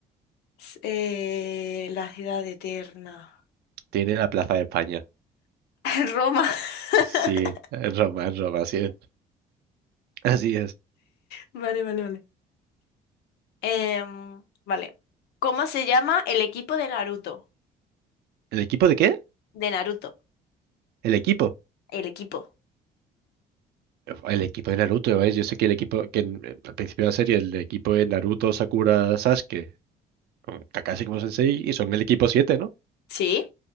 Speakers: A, on the left (about 75°); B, on the right (about 70°).
A: S- eh, la ciudad eterna.
B: Tiene la Plaza de España.
A: <laughs> Roma. <laughs>
B: Sí, en Roma, en Roma, así es. Así es.
A: Vale, vale, vale. Em, vale. ¿Cómo se llama el equipo de Naruto?
B: ¿El equipo de qué?
A: De Naruto.
B: El equipo.
A: El equipo.
B: El equipo de Naruto, ¿eh? Yo sé que el equipo, que en- en- al principio de la serie, el equipo de Naruto, Sakura, Sasuke, con Kakashi como sensei, y son el equipo siete, ¿no?
A: ¿Sí?